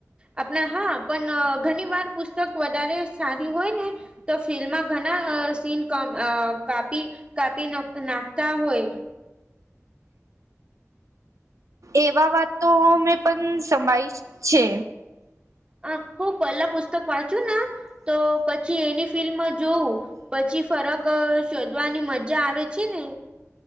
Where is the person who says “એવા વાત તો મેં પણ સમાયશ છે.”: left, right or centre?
Right